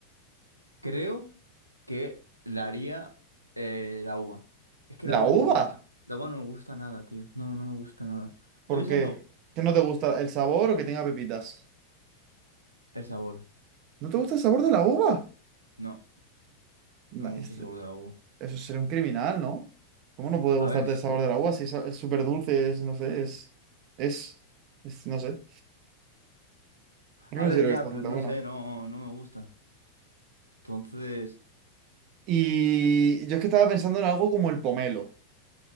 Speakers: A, on the right (about 80°); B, on the right (about 40°).
A: creo. que la haría eh, la uva. Es que
B: ¿La
A: la uva
B: uva?
A: no me gusta. La uva no me gusta nada, tío. No, no me gusta nada. Estoy
B: ¿Por
A: pensando
B: qué? ¿Que no te gusta el sabor o que tenga pepitas?
A: el sabor.
B: ¿No te gusta el sabor de la uva?
A: No,
B: Nice.
A: no me gusta el sabor de la uva.
B: Eso sería un criminal, ¿no? ¿Cómo no puede
A: A
B: gustarte
A: ver, s-
B: el sabor de la uva si es es súper dulce, es, no sé, es, es, es- no sé. Yo
A: a
B: no considero
A: ver ya,
B: que está
A: pero
B: bastante
A: no
B: bueno.
A: sé, no, no me gusta. Entonces,
B: Y yo es que estaba pensando en algo como el pomelo,